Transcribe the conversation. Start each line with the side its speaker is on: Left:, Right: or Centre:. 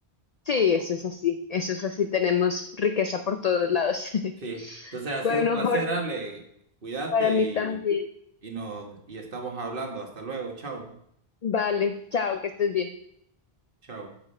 Left: Sí, eso es así, eso es así, tenemos riqueza por todos lados. <laughs>
Right: Sí, entonces ha
Left: Bueno,
Right: sido un placer,
Left: Jorge,
Right: Ale. Cuídate
Left: para mí
Right: y,
Left: también.
Right: y nos y estamos hablando. Hasta luego. Chao.
Left: Vale, chao, que estés bien.
Right: Chao.